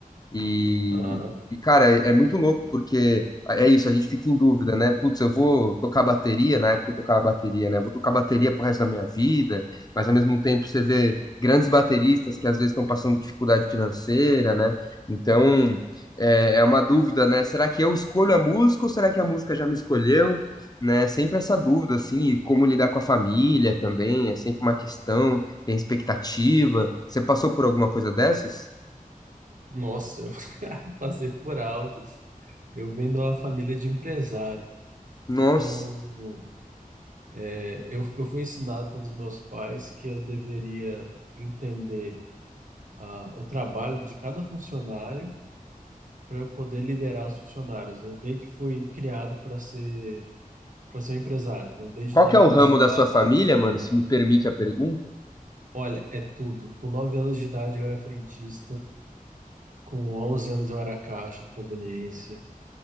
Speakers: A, on the left (about 25°); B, on the right (about 60°).
A: E,
B: Aham.
A: e, cara, é, é muito louco porque é é isso, a gente fica em dúvida, né? Putz, eu vou tocar bateria, na época eu tocava bateria, né? Vou tocar bateria pro resto da minha vida, mas ao mesmo tempo você vê grandes bateristas que às vezes estão passando dificuldade financeira, né? Então é, é uma dúvida, né? Será que eu escolho a música ou será que a música já me escolheu? Né? Sempre essa dúvida, assim, e como lidar com a família também, é sempre uma questão, tem expectativa. Você passou por alguma coisa dessas?
B: Nossa, Passei por altos. Eu venho de uma família de empresário.
A: Nossa.
B: Então, é, eu, eu fui ensinado pelos meus pais que eu deveria entender ah, o trabalho de cada funcionário para eu poder liderar os funcionários. Eu meio que fui criado para ser, para ser um empresário. Então, desde
A: Qual
B: os 9
A: que é o ramo
B: anos de idade,
A: da sua família, mano?
B: trabalho.
A: Se me permite a pergunta.
B: Olha, é tudo. Com 9 anos de idade, eu era frentista. Com 11 anos, eu era caixa de conveniência.